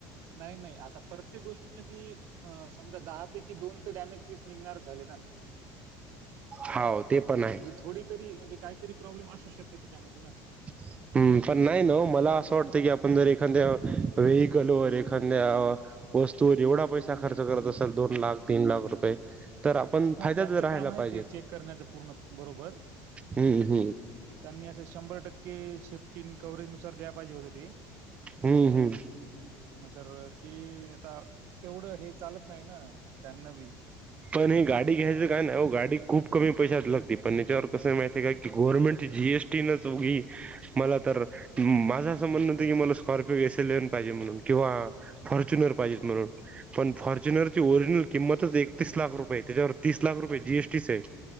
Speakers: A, on the right; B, on the right.
A: नाही-नाही आता प्रत्येक गोष्टीमध्ये अ समजा दहापैकी दोन ते डॅमेज पीस निघणार झाले ना
B: हो, ते पण आहे.
A: म्हणजे थोडी तरी म्हणजे काहीतरी प्रॉब्लेम असू शकते त्याच्यामध्ये ना.
B: हम्म, पण नाही नव, मला असं वाटतं की आपण जर एखाद्या वेहिकल व एखाद्या वस्तूवर एवढा पैसा खर्च करत असाल, दोन लाख, तीन लाख रुपये. तर आपण
A: हा
B: फायद्यात
A: त्यांच
B: राहायला
A: काम आहे.
B: पाहिजेत
A: ते चेक करण्याच पूर्ण बरोबर
B: हम्म हम्म
A: त्यांनी असं शंभर टक्के सेफ्टी कव्हेजनुसार द्या पाहिजे होतं ते.
B: हम्म-हम्म
A: म तर ती आता तेवढं हे चालत नाही ना, त्यांना बी.
B: पण हे गाडी घ्यायचं काय नाही ओ, गाडी खूप कमी पैशात लागते पण याच्यावर कस माहिती आहे का, की गव्हर्नमेंटची जी-एस-टी. तिन सौघी. मला तर माझं असं म्हणं होतं की मला स्कॉर्पिओ एस-एल-एन पाहिजे म्हणून किंवा फॉर्च्युनर पाहिजेत म्हणून, पण फॉ फोर्तुनर ची ओरिजिनल किमतच एकतीस लाख रुपये, त्याच्यावर तीस लाख रुपये जी-एस-टी च आहे.